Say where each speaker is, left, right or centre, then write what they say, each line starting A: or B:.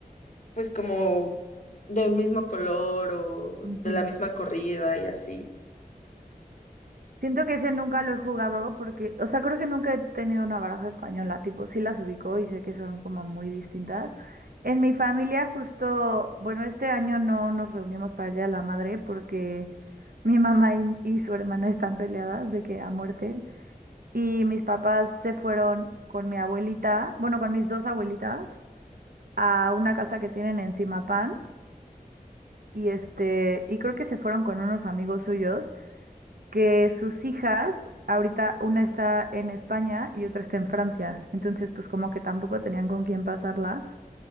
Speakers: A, on the left; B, on the right.
A: pues como del mismo color o
B: ujú.
A: de la misma corrida y así.
B: Siento que ese nunca lo he jugado porque, o sea, creo que nunca he tenido una baraja española, tipo, sí las ubico y sé que son como muy distintas. En mi familia justo, bueno, este año no nos reunimos para el Día de la Madre porque mi <laughs> mamá y, y su hermana están peleadas de que a muerte y mis papás se fueron con mi abuelita, bueno, con mis dos abuelitas a una casa que tienen en Zimapán y este, y creo que se fueron con unos amigos suyos que sus hijas, ahorita una está en España y otra está en Francia, entonces pues como que tampoco tenían con quién pasarla